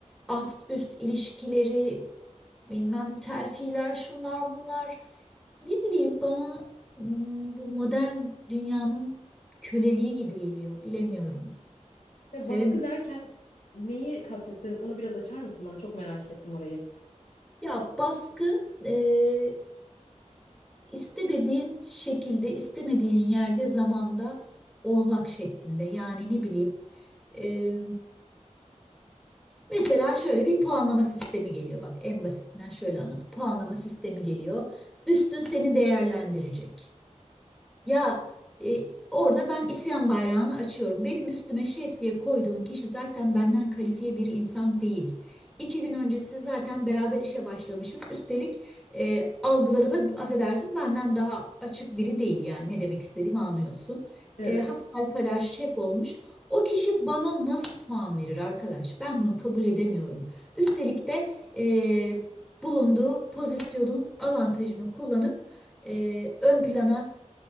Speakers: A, in the centre; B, on the left (about 85°).
A: ast üst ilişkileri, bilmem terfiler, şunlar bunlar. Ne bileyim bana mm, bu modern dünyanın köleliği gibi geliyor, bilemiyorum.
B: Ya
A: Sevim.
B: baskı derken neyi kastettin? Onu biraz açar mısın bana? Çok merak ettim orayı.
A: Ya baskı e, istemediğin şekilde, istemediğin yerde, zamanda olmak şeklinde. Yani ne bileyim. e, mesela şöyle bir puanlama sistemi geliyor. Bak en basitinden şöyle anlat. Puanlama sistemi geliyor. Üstün seni değerlendirecek. Ya e, orada ben isyan bayrağını açıyorum. Benim üstüme şef diye koyduğun kişi zaten benden kalifiye bir insan değil. İki gün öncesi zaten beraber işe başlamışız. Üstelik e, algıları da affedersin benden daha açık biri değil yani ne demek istediğimi anlıyorsun.
B: Evet.
A: E, hasbelkader şef olmuş. O kişi bana nasıl puan verir arkadaş? Ben bunu kabul edemiyorum. Üstelik de e, bulunduğu pozisyonun avantajını kullanıp e, ön plana